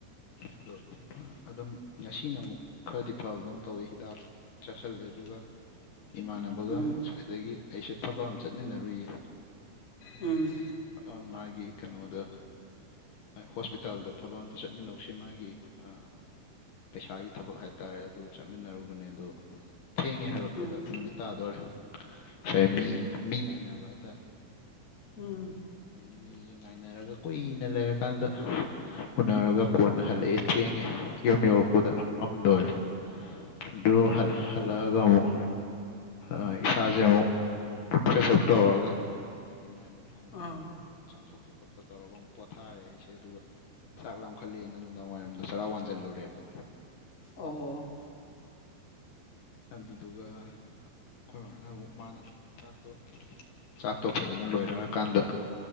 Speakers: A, on the left; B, on the left.
A: <unintelligible> ꯑꯗꯨꯝ ꯉꯁꯤꯅ ꯑꯃꯨꯛ ꯈꯔꯗꯤ ꯐꯕꯗꯧꯅ ꯇꯧꯋꯤ ꯍꯤꯗꯥꯛ ꯆꯥꯥꯁꯜꯂꯦ ꯑꯗꯨꯒ ꯏꯃꯥꯟꯅꯕꯒ
B: ꯎꯝ
A: ꯑꯁ꯭ꯋꯥꯏꯗꯒꯤ ꯑꯩꯁꯦ ꯊꯕꯛ ꯑꯃ ꯆꯠꯃꯤꯟꯅꯔꯨꯏꯌꯦ
B: ꯎꯝ
A: ꯑ ꯃꯥꯒꯤ ꯀꯩꯅꯣꯗ ꯍꯣꯁꯄꯤꯇꯥꯜꯗ ꯊꯕꯛ ꯑꯝꯇ ꯆꯠꯃꯤꯟꯅꯧꯁꯦ ꯃꯥꯒꯤ ꯑ, ꯄꯩꯁꯥꯒꯤ ꯊꯕꯛ ꯍꯥꯏꯇꯥꯔꯦ ꯑꯗꯨ ꯆꯠꯃꯤꯟꯅꯔꯨꯕꯅꯦ ꯑꯗꯣ ꯊꯦꯡꯉꯦ ꯍꯜꯂꯛꯄꯗ
B: ꯎꯝ
A: ꯅꯨꯃꯤꯠ ꯇꯥꯗꯣꯔꯦ ꯉꯁꯥꯏ ꯃꯤ ꯃꯤ ꯉꯥꯏꯅꯕ ꯍꯥꯏꯇꯥꯔꯦ
B: ꯎꯝ
A: ꯑꯗꯨ ꯃꯤꯁꯦ ꯉꯥꯏꯅꯔꯒ ꯀꯨꯏꯅ ꯂꯩꯔꯀꯥꯟꯗ ꯎꯅꯔꯒ ꯀꯣꯟꯅ ꯍꯜꯂꯛꯑꯦ ꯊꯦꯡꯉꯦ ꯌꯨꯝ ꯌꯧꯔꯛꯄꯗ ꯃꯝꯗꯣꯔꯦ ꯑꯗꯣ ꯍꯜ ꯍꯜꯂꯛꯑꯒ
B: ꯑꯣ
A: ꯑꯃꯨꯛ ꯑ ꯏꯁꯥꯁꯦ ꯑꯃꯨꯛ ꯐ꯭ꯔꯦꯁꯑꯞ ꯇꯧꯔꯒ ꯍꯥꯏꯗꯤ ꯃꯥꯏ ꯃꯤꯠ ꯈꯣ
B: ꯑ
A: <unintelligible> ꯆꯥꯝꯊꯣꯛꯄ ꯈꯣꯠꯄ ꯇꯧꯔꯒ ꯑꯃꯨꯛ ꯄꯣꯊꯥꯔꯦ ꯑꯩꯁꯦ ꯑꯗꯨꯒ ꯆꯥꯛ ꯂꯥꯝꯈꯠꯂꯦꯅ ꯅꯨꯡꯗꯥꯡ ꯋꯥꯏꯔꯝꯗ ꯆꯔꯥ ꯋꯥꯟꯖꯜꯂꯨꯔꯦꯕ
B: ꯑꯣ
A: ꯑꯗꯨꯗꯨꯒ ꯑꯩꯈꯣꯏ ꯃꯥꯅ ꯃꯨꯛ ꯃꯥꯅ ꯆꯥꯛꯇꯣ ꯆꯥꯛꯇꯣ ꯐꯖꯅ ꯂꯣꯏꯔꯛꯑꯀꯥꯟꯗ